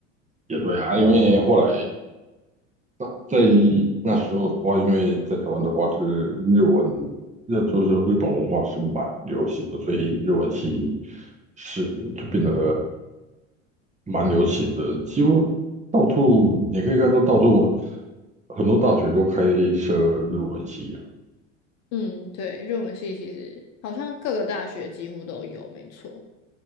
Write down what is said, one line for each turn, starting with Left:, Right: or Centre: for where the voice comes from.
Right: 也对啊，因为后来。那在那时候的话，因为在台湾的话是日文，那就是日本文化是蛮流行的，所以日文系是就变得蛮流行的，几乎到处你可以看到到处很多大学都开设日文系啊，
Left: 嗯，对，日文系其实好像各个大学几乎都有，没错。